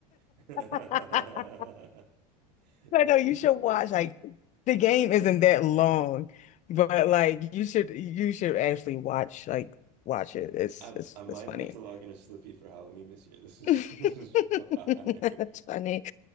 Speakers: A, on the right; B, on the left.
A: <laughs>
B: I, <laughs> I
A: This
B: know
A: dude's
B: you should
A: sick.
B: watch like the game isn't that long, but like you should you should actually watch like watch it. It's
A: I'm,
B: it's
A: I might
B: it's funny.
A: have to log in as Slippy for Halloween this year. This is
B: <laughs>
A: <laughs> this is fire.
B: It's funny.